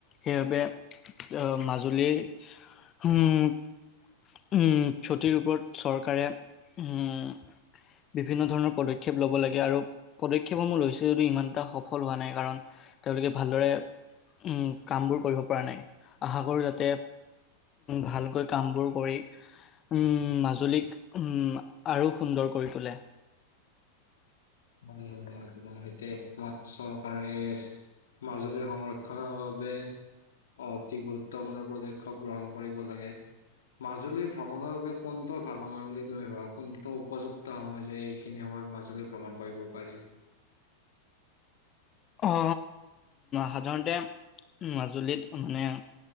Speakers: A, on the left; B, on the left.
A: সেইবাবে আহ মাজুলীৰ হম উম ক্ষতিৰ ওপৰত চৰকাৰে উম বিভিন্ন ধৰণৰ পদক্ষেপ ল'ব লাগে আৰু পদক্ষেপসমূহ লৈছে যদিও ইমানটা সফল হোৱা নাই কাৰণ তেওঁলোকে ভালদৰে উম কামবোৰ কৰিব পৰা নাই আশাকৰোঁ যাতে ভালকৈ কামবোৰ কৰি উম মাজুলীক উম আৰু সুন্দৰ কৰি তোলে।
B: তোমাৰ সৈতে একমাত চৰকাৰে মাজুলীৰ সংৰক্ষনৰৰ বাবে অতি গুৰুত্বপূৰ্ণ পদক্ষেপ গ্ৰহণ কৰিব লাগে মাজুলী ভ্ৰমণৰ বাবে কোনটো ভাল সময় বুলি তুমি ভাবা কোনটো উপযুক্ত? <unintelligible> সময় যে এইখিনি সময়ত মা- চবে ভ্ৰমণ- কৰিব পাৰি।
A: অ সাধাৰণতে মাজুলীত- মানে